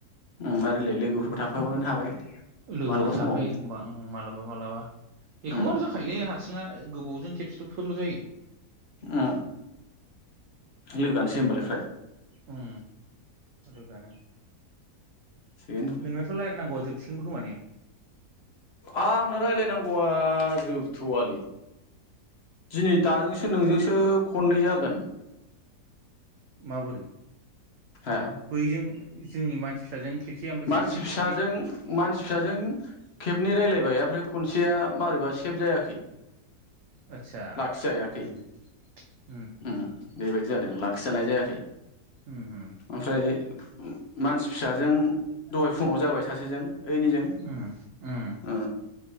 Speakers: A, on the left; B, on the right.
A: ओम आरो इलाय लोगोफोरबो थाफाबानो हाबाय
B: लोगोफोर
A: मालाबा
B: थाफायो
A: समाव
B: एखमबा मालाबा मालाबा एखमबाल'
A: उम
B: जाखायोलै हारसिंङा <unintelligible> गोबावजों खेबसेल'फोरल' जायो
A: ओ लोगोआनोसै
B: बेनो
A: होमबालाय फ्राय
B: उम लोगोआनो
A: थिगैनो
B: नोंनाथ' रायनांगौआ जोबसिगोनबो खोमा ने?
A: आंनो रायलायनांगौआ जोबथ'आलै दिनै दाजोंसो नोंजोंसो खननै जागोन
B: माबोरै
A: हो
B: बैजों जोंनि मानसि फिसाजों खेबसे ओमफ्राय सासेजों
A: मानसि फिसाजों
B: खेबसे
A: मानसि फिसाजों खेबनै रायलायबाय आ आमफ्राय खनसेया मोरैबा सेब जायाखै
B: आटसा
A: लाखिजायाखै
B: उम
A: उम बेबायदि जादों खिजानाय जायाखै
B: उम
A: ओमफ्राय मानसि फिसाजों दहाय फुङाव जाबाय सासेजों ओइनिजों
B: उम उम
A: ओ